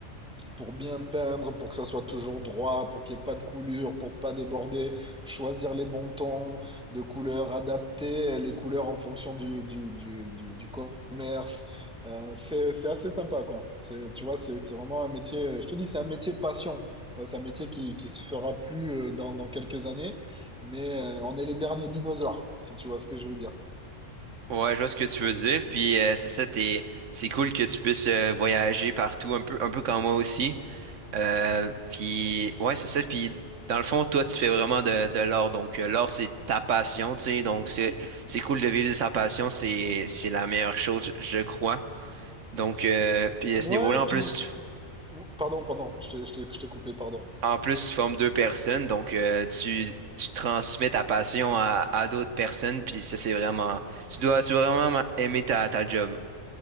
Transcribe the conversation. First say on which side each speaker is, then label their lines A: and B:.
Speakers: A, in the centre; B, on the right.
A: pour bien peindre, pour que ça soit toujours droit, pour qu'il n'y ait pas de coulure, pour pas déborder, choisir les bons tons de couleurs, adapter les couleurs en fonction du, du, du, du, du commerce. Euh, c'est, c'est assez sympa, quoi. C'est, tu vois, c'est, c'est vraiment un métier, je te dis, c'est un métier passion. Euh, C'est un métier qui, qui se fera plus euh, dans, dans quelques années, mais euh, on est les derniers dinosaures, si tu vois ce que je veux dire.
B: Ouais, je vois ce que tu veux dire. Puis euh, c'est ça, t'es... c'est cool que tu puisses euh, voyager partout, un peu, un peu comme moi aussi. Euh, puis, ouais, c'est ça. Puis, dans le fond, toi, tu fais vraiment de, de l'art. Donc, euh, l'art, c'est ta passion, tu sais. Donc, c'est, c'est cool de vivre de sa passion. C'est, c'est la meilleure chose, je crois. Donc, euh, puis
A: Ouais,
B: à ce niveau-là, en
A: puis,
B: plus, tu-
A: pardon, pardon, je t'ai, je t'ai, je t'ai coupé, pardon.
B: en plus, tu formes deux personnes. Donc, euh, tu, tu transmets ta passion à, à d'autres personnes. Puis, ça, c'est vraiment. Tu dois, tu dois vraiment aimer ta, ta job.